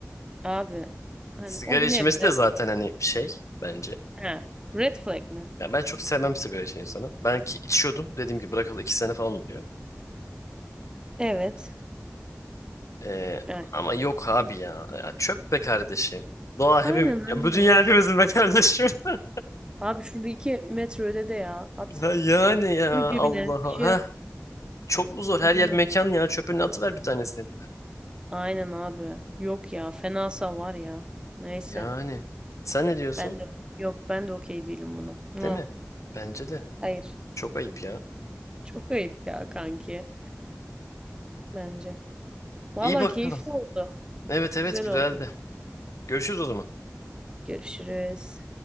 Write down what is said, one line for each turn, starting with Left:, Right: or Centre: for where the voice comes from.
Right: Abi hani
Left: Sigara
Right: o bir
Left: içmesi
Right: nebze.
Left: de zaten hani şey bence.
Right: He. Red flag mi?
Left: Ya ben çok sevmem sigara içen insanı. Ben ki içiyordum dediğim gibi bırakalı iki sene falan oluyor.
Right: Evet.
Left: Ee,
Right: Evet.
Left: ama yok abi ya. Ya çöp be kardeşim. Doğa
Right: Aynen
Left: hepim
Right: abi.
Left: ya bu dünya hepimizin be kardeşim. <laughs>
Right: Abi şurada iki metre ötede ya. At.
Left: Ha Yani
Right: Allah.
Left: ya
Right: Koy cebine.
Left: Allah'a.
Right: Bir şey
Left: Ha
Right: yap.
Left: çok mu zor? Her
Right: Aynen.
Left: yer mekan ya. Çöpünü atıver bir tanesini.
Right: Aynen abi. Yok ya. Fenasal var ya. Neyse.
Left: Yani. Sen ne diyorsun?
Right: Ben de yok ben de okey değilim buna. Ah,
Left: Değil mi? Bence de.
Right: hayır.
Left: Çok ayıp ya.
Right: Çok ayıp ya kanki. Bence. Valla
Left: İyi bakalım.
Right: keyifli oldu.
Left: Evet evet
Right: Güzel
Left: güzeldi.
Right: oldu.
Left: Görüşürüz o zaman.
Right: Görüşürüz.